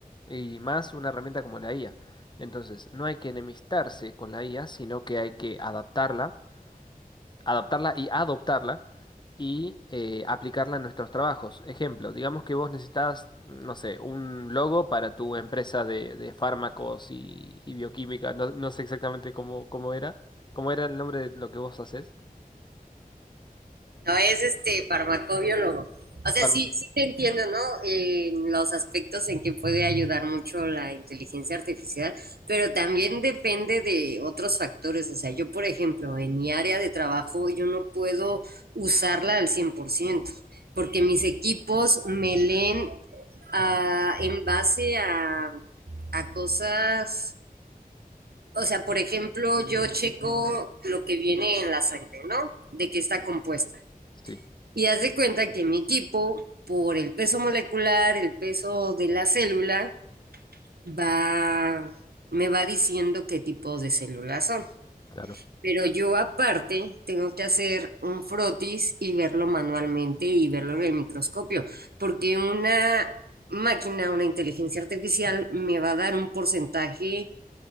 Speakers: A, on the left (about 30°); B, on the right (about 85°).
A: Y más una herramienta como la IA. Entonces, no hay que enemistarse con la IA, sino que hay que adaptarla adaptarla y adoptarla y eh, aplicarla en nuestros trabajos. Ejemplo, digamos que vos necesitas, no sé, un logo para tu empresa de, de fármacos y, y bioquímica. No, no sé exactamente cómo, cómo era. ¿Cómo era el nombre de lo que vos haces?
B: No es este farmacobiólogo. O sea,
A: Farm-
B: sí, sí te entiendo, ¿no? En los aspectos en que puede ayudar mucho la inteligencia artificial, pero también depende de otros factores. O sea, yo, por ejemplo, en mi área de trabajo, yo no puedo usarla al 100% porque mis equipos me leen ah, en base a, a cosas, o sea, por ejemplo, yo checo lo que viene en la sangre, ¿no? De qué está compuesta.
A: Sí,
B: Y haz de cuenta que mi equipo, por el peso molecular, el peso de la célula, va, me va diciendo qué tipos de células son.
A: claro,
B: Pero yo aparte tengo que hacer un frotis y verlo manualmente y verlo en el microscopio, porque una máquina, una inteligencia artificial, me va a dar un porcentaje